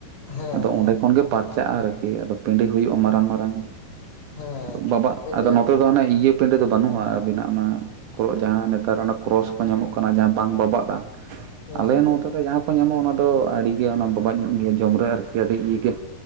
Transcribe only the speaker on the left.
ᱦᱮᱸ
ᱦᱮᱸ
ᱯᱮᱸᱰᱮ
ᱦᱩᱸ